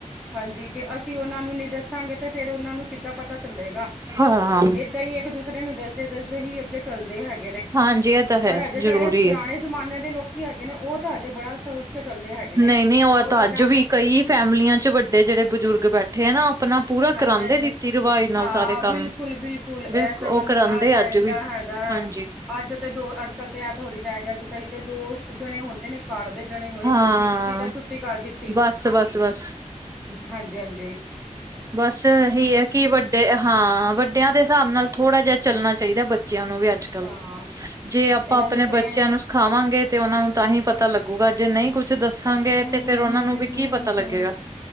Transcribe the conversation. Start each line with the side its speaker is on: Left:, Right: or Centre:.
Centre: ਹਾਂਜੀ ਜੇ ਅਸੀਂ ਉਹਨਾਂ ਨੂੰ ਨਹੀਂੀ ਦੱਸਾਂਗੇ ਤਾਂ ਫੇਿਰ ਉਹਨਾਂ ਨੂੰ ਕਿੱਦਾਂ ਪਤਾ ਚੱਲੇਗਾ
Right: ਹਾਂ,
Centre: ਇਹ ਤਾਂ ਹੀ ਇੱਕ ਦੂਸਰੇ ਨੂੰ ਦੱਸਦੇ ਦੱਸਦੇ ਹੀ ਅੱਗੇ ਚੱਲਦੇ ਹੈਗੇ ਨੇ
Right: ਹਾਂਜੀ ਇਹ ਤਾਂ ਹੈ
Centre: ਪਰ ਹਜੇ
Right: ਜ਼ਰੂਰੀ
Centre: ਜਿਹੜੇ ਪੁਰਾਣੇ
Right: ਹੈ
Centre: ਜ਼ਮਾਨੇ ਦੇ ਲੋਕੀ ਹੈਗੇ ਨੇ ਉਹ ਤਾਂ ਹਜੇ ਬੜਾ ਸੋਚ ਕੇ ਚੱਲਦੇ ਹੈਗੇ ਨੇ
Right: ਨਹੀਂ, ਨਹੀਂ
Centre: ਉਹ ਤਾਂ
Right: ਅੱਜ
Centre: ਕਹਣਦਾ
Right: ਵੀ ਕਈ ਫੈਮਲੀਆਂ ਚ ਵੱਡੇ ਜਿੜੇ ਬਜ਼ੁਰਗ ਬੈਠੇ ਉੱਠੇ ਨਾ ਆਪਣਾ ਪੂਰਾ
Centre: ਹਾਂਜੀ
Right: ਕਰਾਉਂਦੇ
Centre: ਹਾਂਜੀ
Right: ਰੀਤੀ ਰਿਵਾਜ ਨਾਲ
Centre: ਹਾਂ
Right: ਸਾਰੇ ਕੰਮ
Centre: ਬਿਲਕੁਲ ਬਿਲਕੁਲ ਇਹ
Right: ਬਿਲੁ
Centre: ਸ਼ਗਨ
Right: ਉਹ
Centre: ਹੋਣਾ
Right: ਕਰਾਉਂਦੇ
Centre: ਚਾਹੀਦਾ
Right: ਅੱਜ ਵੀ
Centre: ਹੈਗਾ
Right: ਹਾਂਜੀ
Centre: ਅੱਜ ਤੇ ਦੋ ਅੱਜ ਕੱਲ ਤੇ ਐਤਥ ਹੋੜੀ ਰਹਿ ਗਿਆ ਕਈ ਤੇ ਦੋ ਜਣੇ ਹੁੰਦੇ ਨੇ ਘ ਦੇ ਜਣੇ ਹੋਏ
Right: ਹਾਂ
Centre: ਹਲਦੀ ਕੀਤੀ ਤੇ ਛੁੱਟੀ ਕਰ ਦਿੱਤੀ।
Right: ਬਸ, ਬਸ, ਬਸ
Centre: ਹਾਂਜੀ, ਹਾਂਜੀ
Right: ਬਸ ਇਹੀ ਹੈ ਕਿ ਵੱਡੇ ਹਾਂ ਵੱਡਿਆਂ ਦੇ ਹਿਸਾਬ ਨਾਲ ਥੋੜਾ ਜਿਹਾ ਚੱਲਣਾ ਚਾਹੀਦਾ ਬੱਚਿਆਂ ਨੂੰ ਵੀ ਅੱਜ ਅੱਜ ਕੱਲ
Centre: ਹਾਂ
Right: ਜੇ ਆਪਾਂ
Centre: ਇਹਨਾਂ
Right: ਆਪਣੇ
Centre: ਨੂੰ ਪ੍ਰੇਮ
Right: ਬੱਚਿਆਂ ਨੂੰ ਸਿਖਾਵਾਂਗੇ ਤੇ ਉਹਨਾਂ ਨੂੰ ਤਾਂ ਹੀ ਪਤਾ
Centre: ਹਮ
Right: ਲੱਗ ਗੂਗਾ ਜੇ ਨਹੀਂ ਕੁੱਝ ਦੱਸਾਂਗੇ
Centre: ਹਮ
Right: ਤੇ ਫੇਰ ਉਹਨਾਂ
Centre: ਹਮ
Right: ਨੂੰ ਵੀ
Centre: ਹਮ
Right: ਕੀ ਪਤਾ
Centre: ਹਮ
Right: ਲੱਗੇਗਾ।
Centre: ਹਮ